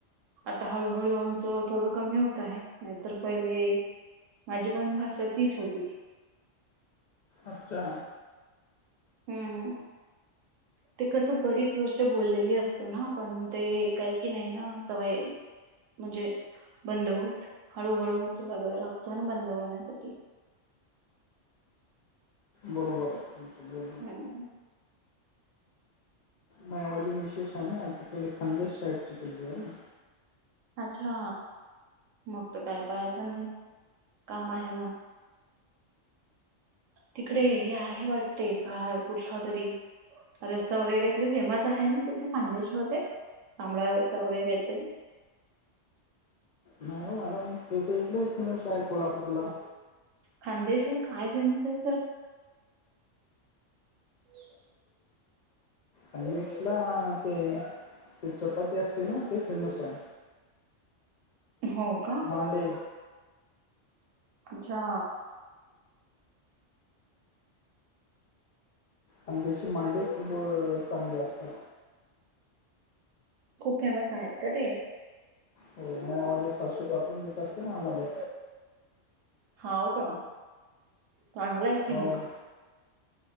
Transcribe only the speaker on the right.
आता हळूहळू आमचं थोडं कमी होत आहे नाहीतर पहिले. माझी पण भाषा तीच होती.
हम्म. ते कसं बरीच वर्ष बोललेली असतो ना पण ते काही कि नाही ना सवय. म्हणजे बंद होत हळूहळू थोडा वेळ लागतो ना बंद होण्यासाठी.
हम्म
अच्छा मग तर काय पाहायचं नाही काम आहे. तिकडे हे आहे वाटते काय कुठला तरी? रस्ता वगैरे काहीतरी फेमस आहे ना तिकडे खान्देश ममध्ये तांमबळा रस्ता वगैरे काहीतरी.
खानदेश ला काय फेमस आहे सर. हो.
हो का
अच्छा.
खूप फेमस आहेत का ते.
हाव का चांगलं आहे की
मग.